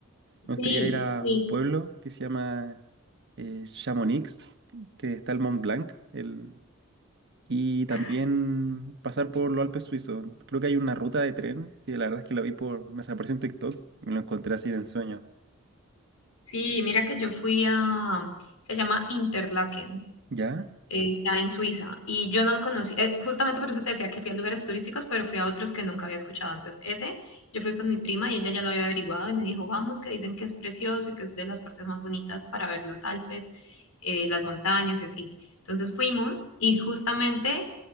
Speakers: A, on the right (about 55°); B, on the left (about 80°).
A: Me
B: Sí,
A: gustaría ir a
B: sí.
A: un pueblo que se llama eh, Chamonix, que está el Mont Blanc, el, y también
B: Ah.
A: pasar por los Alpes suizos. Creo que hay una ruta de tren que la verdad es que la vi por, me apareció en TikTok, me lo encontré así de ensueño.
B: Sí, mira que yo fui a, se llama Interlaken,
A: ¿Ya?
B: eh, está en Suiza y yo no lo conocí, eh, justamente por eso te decía que fui a lugares turísticos, pero fui a otros que nunca había escuchado antes. Ese, yo fui con mi prima y ella ya lo había averiguado y me dijo, vamos, que dicen que es precioso y que es de las partes más bonitas para ver los Alpes, eh, las montañas y así. Entonces fuimos y justamente